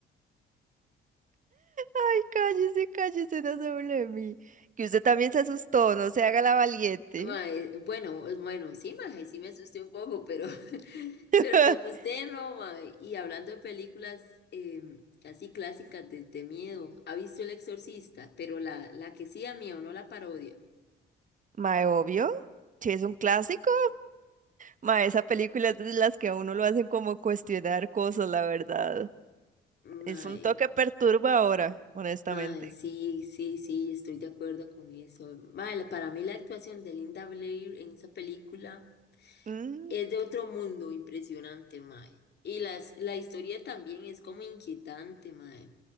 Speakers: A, on the right; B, on the left.
A: Ay, cállese, cállese, no se burle de mí. Que usted también se asustó, no se haga la valiente.
B: Mae, bueno, es- bueno, sí, mae, sí me asusté un poco, pero, <laughs>
A: <laughs>
B: pero como usted no, mae. Y hablando de películas eh, así clásicas de, de miedo, ¿ha visto El Exorcista? Pero la, la que sí da miedo, no la parodia.
A: Mae, obvio. Si es un clásico. Ma, esa película es de las que a uno lo hacen como cuestionar cosas, la verdad. Es
B: Mae,
A: un toque perturbadora, honestamente.
B: mae, sí, sí, sí, estoy de acuerdo con eso. Mae, la- para mí la actuación de Linda Blair en esa película
A: Mm,
B: es de otro mundo impresionante, mae. Y las, la historia también es como inquietante, mae.